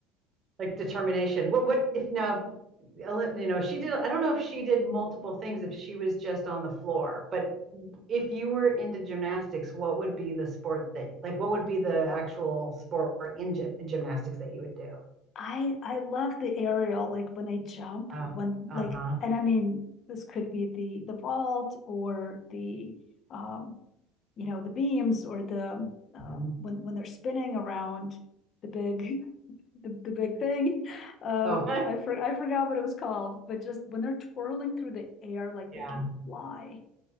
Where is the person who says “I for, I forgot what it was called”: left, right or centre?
Left